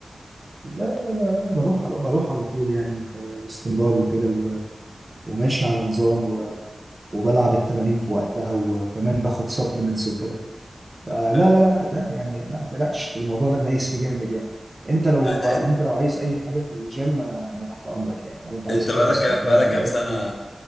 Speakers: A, on the right; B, on the left.
A: لا لا لا, لا لا بروح على بروح على طول يعني ب- باستمرار وكده و- وماشي على نظام و وبلعب التمارين في وقتها و- وكمان باخد سبلمنتس وكده
B: <laughs>
A: فلا
B: طب حلو
A: لا لا ده يعني لا ما تقلقش الموضوع ده دايس فيه جامد يعني انت لو
B: طب انت انت
A: انت لو عايز اي حاجه في الجيم انا أنا تحت امرك يعني لو انت عايز
B: انت
A: اي
B: بقالك
A: نصيحه بتاع
B: بقالك
A: انا بقالي
B: كام سنه